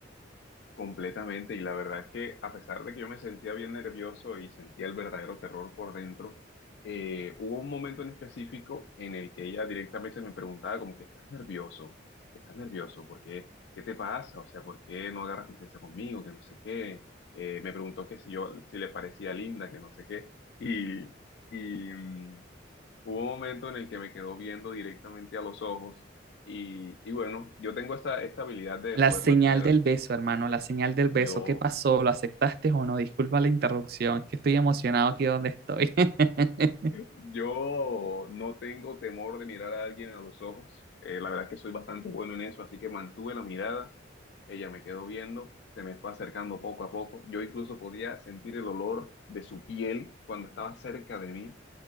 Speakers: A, on the left (about 60°); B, on the right (about 50°).
A: completamente. Y la verdad es que a pesar de que yo me sentía bien nervioso y sentía el verdadero terror por dentro, eh, hubo un momento en específico en el que ella directamente me preguntaba como que estás nervioso, estás nervioso, ¿por qué? ¿Qué te pasa? O sea, ¿por qué no agarras confianza conmigo? Que no sé qué. Eh, me preguntó que si yo, si le parecía linda, que no sé qué. Y, y, mm, Hubo un momento en el que me quedó viendo directamente a los ojos y, y bueno, yo tengo esta, esta habilidad de
B: La
A: poder
B: señal
A: mantener,
B: del beso, hermano, la señal del beso.
A: yo,
B: ¿Qué pasó? ¿Lo aceptaste o no? Disculpa la interrupción, es que estoy emocionado aquí donde estoy. <laughs>
A: yo no tengo temor de mirar a alguien a los ojos, Eh, la verdad es que soy bastante bueno en eso, así que mantuve la mirada, ella me quedó viendo, se me fue acercando poco a poco, yo incluso podía sentir el olor de su piel cuando estaba cerca de mí